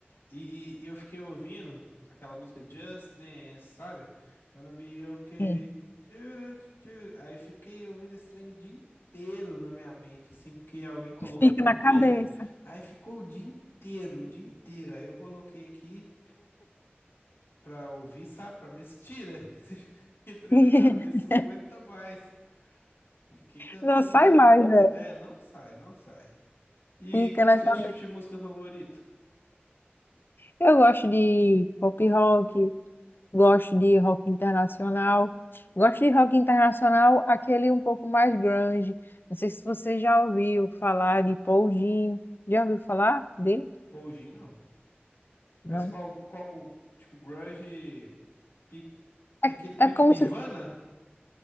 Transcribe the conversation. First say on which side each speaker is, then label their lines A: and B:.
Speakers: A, on the left; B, on the left.
A: E, e eu fiquei ouvindo aquela música Just Dance, sabe? Gonna be okay.
B: É.
A: Tchuru, tchuru. Aí fiquei ouvindo esse trem o dia inteiro na minha mente, assim, porque alguém colocou
B: Fica
A: por
B: na
A: perto.
B: cabeça.
A: Aí ficou o dia inteiro, o dia inteiro. Aí eu coloquei aqui pra ouvir, sabe? Pra ver se tira. <laughs> Que trem
B: <laughs>
A: na cabeça, não aguenta mais. Fiquei cantando
B: Não sai
A: ela.
B: mais, né?
A: É, não sai, não sai. E
B: Fica
A: qual
B: na
A: é o seu
B: cabeça.
A: tipo de música favorito?
B: Eu gosto de pop rock, gosto de rock internacional. Gosto de rock internacional, aquele um pouco mais grunge. Não sei se você já ouviu falar de Paul Jean. Já ouviu falar dele?
A: Poujin, não. Mas
B: Não.
A: qual, qual, tipo, grunge, pique- daquele
B: É,
A: pique
B: é como
A: Nirvana?
B: se